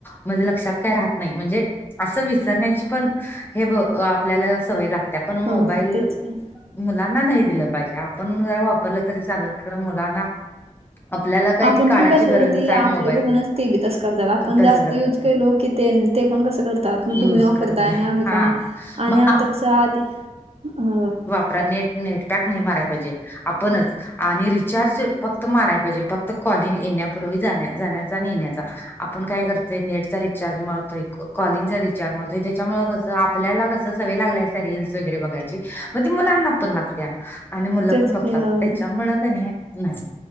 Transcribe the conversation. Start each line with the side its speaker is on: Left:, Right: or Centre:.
Left: म्हणजे लक्षात काय राह नाही म्हणजे असं विसरण्याची पण हे ब अ आपल्याला सवय लाग त्या पण
Right: हा
Left: मोबाईल
Right: तेच की
Left: मुलांना नाही दिलं पाहिजे आपण वापरलं तरी चालल खरं मुलांना आपल्याला काय
Right: आपण
Left: ती काळाची
Right: पण कसं
Left: गरजच
Right: ते
Left: आहे
Right: आपलं
Left: मोबाईल
Right: बघूनच ते बी तसं करत्यात आपण
Left: तसं
Right: जास्त
Left: करतात
Right: युज केलो की तेन ते पण कसं करत त मग
Left: युज
Right: तुम्ही वापरताय
Left: करत घ्या
Right: आणि आम्ही का
Left: हा
Right: नाही आणि
Left: मग
Right: आता कसं आधी होय
Left: तर नेट नेटपॅक नाही माराय पाहिजे आपणच आणि रिचार्ज फक्त माराय पाहिजे फक्त कॉलिंग येण्यापूर्वी जा जाण्याचा आणि येण्याचा आपण काय करतोय नेटचा रिचार्ज मा तोय कॉलिंग चा रिचार्ज त्याच्यामुळे कसं आपल्याला कसं सवय लागले अस रीलस वगैरे बघायची मग ते मुलांना पण लागत्या आणि मुलं
Right: तेच
Left: पण बघतात
Right: की होय
Left: त्याच्यामुळ कनी नाही